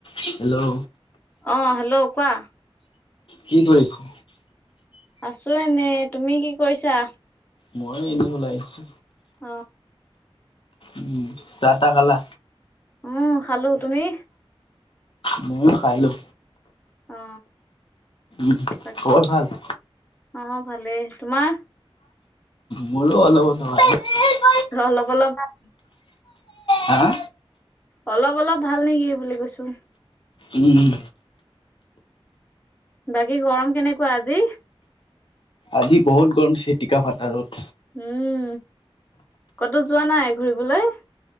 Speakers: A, on the left; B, on the left.
A: Hello.
B: অ hello কোৱা?
A: কি কৰিছ?
B: আছো এনে। তুমি কি কৰিছা?
A: মই এনেই ওলাই আহিছো।
B: অ।
A: উম চাহ তাহ খালা।
B: উম খালো। তুমি?
A: ময়ো খাই আহিলো।
B: অ।
A: উ
B: বাকী
A: খবৰ ভাল।
B: অ ভালে তোমাৰ।
A: মোৰো অলপ অলপ ভাল।
B: অলপ অলপ ভাল।
A: হা।
B: অলপ অলপ ভাল নেকি বুলি কৈছো?
A: উম।
B: বাকী গৰম কেনেকুৱা আজি?
A: আজি বহুত গৰমছে টিকা ফাতা ৰদ।
B: উম ক'তো যোৱা নাই ঘূৰিবলৈ?